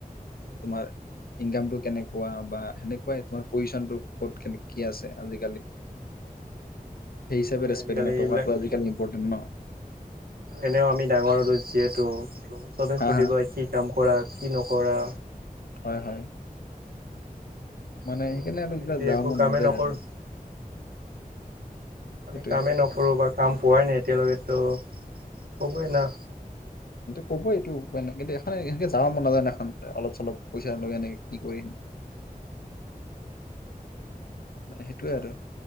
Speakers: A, on the right (about 80°); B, on the left (about 80°).
A: উম,
B: তোমাৰ ইনকামটো কেনেকুৱা বা সেনেকুৱাই। তোমাৰ পজিচনটো ক'ত কে কি আছে আজিকালি,
A: এইটো
B: সেই হিচাপেৰে
A: হয় আজিকালি এইবিলাক
B: টকাটো আজিকালি
A: মানে
B: ইম্পৰ্টেণ্ট ন।
A: এনেও আমি ডাঙৰ হলোঁ যিহেতু- ত' চবে
B: হা
A: সুধিবই
B: হা
A: কি কাম কৰা, কি নকৰা?
B: হয় হয়। মানে?
A: ত'
B: এনে আৰু
A: আমি
B: কিবা
A: যদি
B: যাব
A: একো
B: মন
A: কামেই
B: নাযায়
A: নকৰোঁ
B: আৰু।
A: আমি
B: সেইটোয়ে
A: কামেই নকৰোঁ বা কাম পোৱাই নাই এতিয়ালৈকেতো, হ'বই না
B: কব এইটো মানে কিন্তু এখন এনেকে যাব মন নযায় ন এখন অলপ চলপ পইচা লৈ এনেকে কি কৰি মানে সেইটোৱে আৰু,